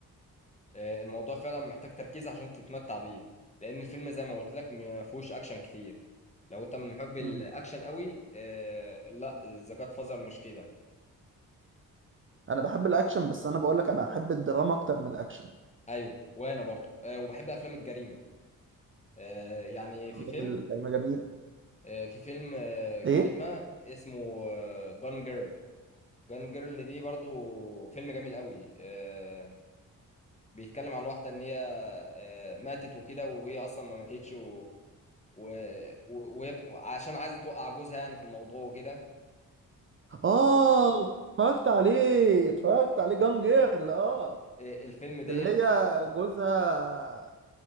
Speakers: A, on the left; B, on the right.
A: آه، الموضوع فعلا محتاج تركيز عشان تتمتع بيه لان الفيلم زي ما قلت لك ما فيهوش اكشن كتير لو انت من محب الاكشن
B: مم.
A: قوي آه، لا ذا جاد فازر مش كده
B: انا بحب الاكشن بس انا بقول لك انا احب الدراما اكتر من الاكشن
A: ايوه وانا برضو آه، وبحب افلام الجريمه آه، يعني في فيلم
B: ده بال- جميل
A: آه، في فيلم آه، جريمه
B: ايه
A: اسمه جان جيرل جان جيرل دي برضو فيلم جميل قوي آه، بيتكلم عن واحده ان هي آه، ماتت وكده وهي اصلا ما ماتتش وعشان و... و... وهي بت- عشان عايزه توقع جوزها يعني في الموضوع وكده
B: اه اتفرجت عليه اتفرجت عليه جان جيرل اه
A: فالفيلم ده
B: اللي هي جوزها